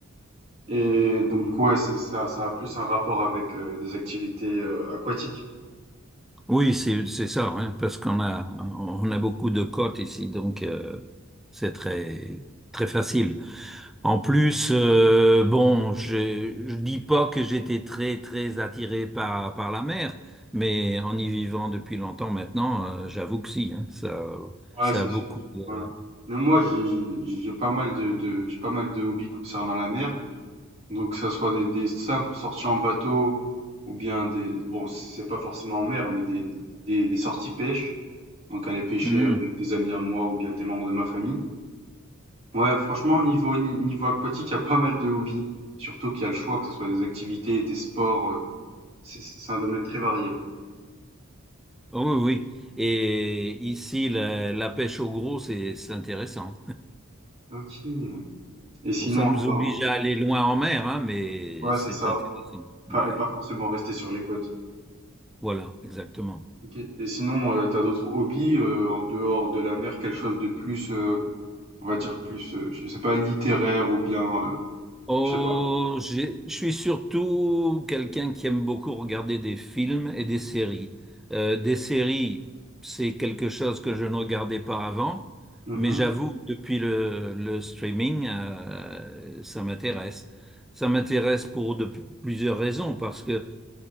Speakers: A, on the right; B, in the centre.
A: Et donc du coup ouais, c'est- ça, ça a plus un rapport avec euh, des activités euh, aquatiques.
B: Oui, c'est, c'est ça, hein, parce qu'on a, on a beaucoup de côtes ici, donc euh, c'est très, très facile. En plus, euh, bon, je, je dis pas que j'étais très très attiré par par la mer, mais en y vivant depuis longtemps maintenant, euh, j'avoue que si, hein, ça
A: Ouais,
B: ça
A: c'est
B: a beaucoup
A: sûr.
B: de.
A: Voilà. Même moi, j'ai j'ai- j'ai pas mal de, de- j'ai pas mal de hobbies concernant la mer. Donc, que ça soit des, des simples sorties en bateau ou bien des, bon, c'est pas forcément en mer, mais des, des, des sorties pêche. Donc, aller pêcher
B: Mm.
A: avec des amis à moi ou bien des membres de ma famille. Ouais, franchement, niveau, niveau aquatique, il y a pas mal de hobbies. Surtout qu'il y a le choix, que ce soit des activités, des sports. euh, C'est c'est un domaine très varié.
B: Oh, oui oui. Et ici, la, la pêche au gros, c'est c'est intéressant.
A: Ok. Et sinon,
B: Bon, ça nous
A: alors,
B: oblige à aller loin en mer, hein, mais
A: ouais,
B: c'est
A: c'est ça.
B: intéressant.
A: Pas,
B: Ouais,
A: et pas forcément rester sur les côtes.
B: voilà, exactement.
A: Ok. Et sinon, euh, t'as d'autres hobbies euh, en dehors de la mer, quelque chose de plus euh, On va dire plus, heu, je sais pas, littéraire ou bien, heu,
B: Oh,
A: je sais pas.
B: j'ai- je suis surtout quelqu'un qui aime beaucoup regarder des films et des séries. Euh, des séries, c'est quelque chose que je ne regardais pas avant,
A: Mmh
B: mais j'avoue, depuis le, le streaming, euh, ça m'intéresse. Ça m'intéresse pour de p- plusieurs raisons, parce que